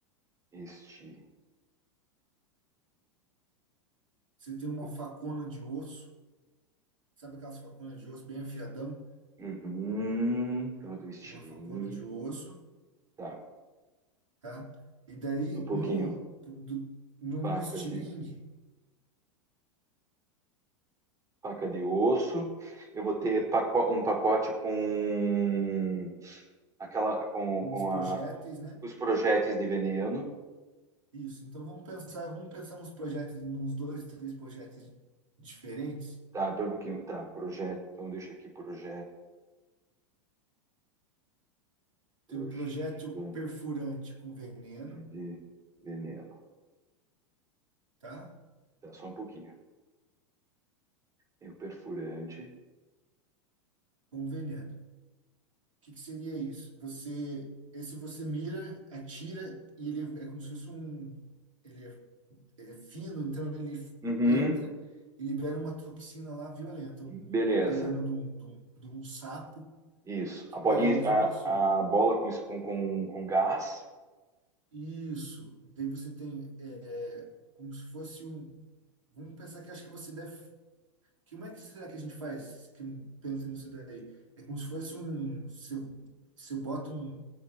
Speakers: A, on the right; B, on the right.
A: Estilingue.
B: Você tem uma
A: Opa.
B: facona de osso, sabe aquelas faconas de osso bem afiadão?
A: Uhum, então do estilingue.
B: Uma facona de osso,
A: Tá,
B: tá? E daí,
A: um pouquinho.
B: no, do- no,
A: Faca
B: no estilingue,
A: de Faca de osso. Eu vou ter paco- um pacote com aquela com,
B: com
A: com
B: os projéteis,
A: a-
B: né?
A: os projéteis de veneno.
B: Isso. Então vamos pensar, vamos pensar nos projetos, nos dois, três projetos diferentes.
A: Tá, pera um pouquinho. Tá, projeto. Então deixa aqui projeto. Projete
B: Tem um projeto perfurante com veneno,
A: de veneno.
B: tá?
A: Tá, só um pouquinho. Tem o perfurante.
B: Com veneno. O que que seria isso? Você, esse você mira, atira e ele é como se fosse um, ele é, ele é fino, então ele f-
A: Uhum,
B: entra e libera uma toxina lá violenta, um
A: beleza.
B: um veneno de um, de um, de um sapo
A: Isso.
B: que
A: A
B: paralisa
A: bolinha,
B: a pessoa.
A: a, a bola com, espon- com, com gás.
B: Isso. Daí você tem é, como se fosse um. Vamos pensar que acho que você deve. Que, como é que será que a gente faz que, pensa nisso daí? É como se fosse um. um, Se eu, se eu boto um.